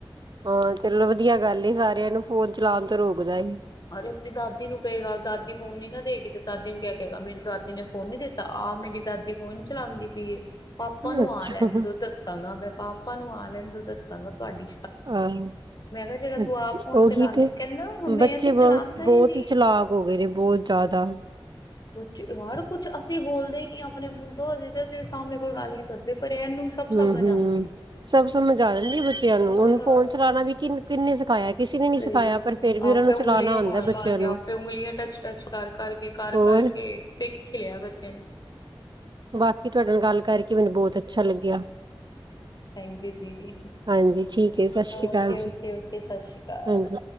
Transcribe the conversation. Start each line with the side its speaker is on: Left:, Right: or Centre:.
Right: ਹਾਂ ਚਲੋ ਵਧੀਆ ਗੱਲ ਸਾਰੀ। ਬਿਆਂ ਨੂੰ ਫੋਨ ਚਲਾਉਣ ਤੋਂ ਰੋਕਦਾ ਸੀ।
Left: ਅਰੇ ਆਪਣੀ ਦਾਦੀ ਨੂੰ ਕਹੇਗਾ ਦਾਦੀ ਫੋਨ ਨ ਨਾ ਦੇਗੀ ਤੇ ਦਾਦੀ ਨੂੰ ਕਿਆ ਕਹੇਗਾ ਮੈਨੂੰ ਦਾਦੀ ਨੇ ਫੋਨ ਨੀ ਦਿੱਤਾ ਆਹ ਮੇਰੀ ਦਾਦੀ ਫੋਨ ਨੀ ਚਲਾਉਂਦੀ ਪਈਏ। ਪਾਪਾ ਨੂੰ
Right: ਅੱਛਾ
Left: ਆ ਲੈਣ ਦੋ ਦੱਸਾਂਗਾ ਮੈਂ ਪਾਪਾ ਨੂੰ ਆ ਲੈਣ ਦੋ ਦੱਸਾਂ ਗਾ ਤੁਹਾਡੀ
Right: ਆਹ
Left: ਮੈਂ ਕਿਹਾ ਜਿਹੜਾ ਤੂੰ
Right: ਅੱਛਾ,
Left: ਆਪ ਫਨ
Right: ਉਹੀ
Left: ਚਲਾਉੇ
Right: ਤੇ
Left: ਕਹਿੰਦਾ ਹ ਮੈਂ
Right: ਬੱਚੇ
Left: ਤੇ ਚਲਾਉਂਦਾ
Right: ਬਹੁਤ ਬਹੁਤ
Left: ਨਹੀਂ
Right: ਹੀ ਚਲਾਕ
Left: ਆ
Right: ਹੋ ਗਏ ਨੇ ਬਹੁਤ ਜ਼ਿਆਦਾ।
Left: ਬੱਚੇ ਹਰ ਕੁਛ ਅਸੀਂ ਬੋਲਦੇ ਹੀ ਨਹੀਂ ਆਪਣੇ ਮੂੰਹ ਤੋਂ ਹਜੇ ਤਾਂ ਅਸੀਂ ਸਾਹਮਣੇ ਕੋਈ ਗੱਲ ਨੀ ਕਰਦੇ। ਪਰ ਇਹਨੂੰ ਸਭ
Right: ਹੂੰ,
Left: ਸਮਝ
Right: ਹੂੰ।
Left: ਆਉਂਦੀ
Right: ਸਭ ਸਮਝ ਆ ਜਾਂਦੀ ਬੱਚਿਆਂ
Left: ਹੈ
Right: ਨੂੰ। ਹੁਣ
Left: ਹਾਂ
Right: ਫੋਨ ਚਲਾਉਣਾ ਵੀ ਕਿਨ ਕਿੰਨੇ ਸਿਖਾਇਆ ਕਿਸੇ ਨੇ ਨੀ
Left: ਸਹੀ
Right: ਸਿਖਾਇਆ
Left: ਹੈ
Right: ਪਰ ਫਿਰ ਵੀ ਉਹਨਾਂ
Left: ਆਪੇ
Right: ਨੂੰ ਚਲਾਉਣਾ।
Left: ਉਂਗਲੀਆਂ
Right: ਆਉਂਦਾ
Left: ਮਾਰ
Right: ਬੱਚਿਆਂ
Left: ਮਾਰ ਕੇ
Right: ਨੂੰ
Left: ਆਪੇ ਉਂਗਲੀਆਂ ਟੱਚ ਟੱਚ ਕਰ ਕਰਕੇ ਕਰ
Right: ਹੋਰ
Left: ਕਰਕੇ ਸਿੱਖ ਲਿਆ ਬੱਚੇ ਨੇ।
Right: ਬਾਕੀ ਤੁਹਾਡੇ ਨਾਲ ਗੱਲ ਕਰਕੇ ਮੈਨੂੰ ਬਹੁਤ ਅੱਛਾ ਲੱਗਿਆ
Left: ਥੈਂਕ ਯੂ ਜੀ।
Right: ਹਾਂਜੀ ਠੀਕ ਹੈ ਸਤਿ ਸ੍ਰੀ
Left: ਓਕੇ,
Right: ਅਕਾਲ
Left: ਓਕੇ,
Right: ਜੀ
Left: ਓਕੇ। ਸਤਿ ਸ਼੍ਰੀ ਅਕਾਲ।
Right: ਹਾਂਜੀ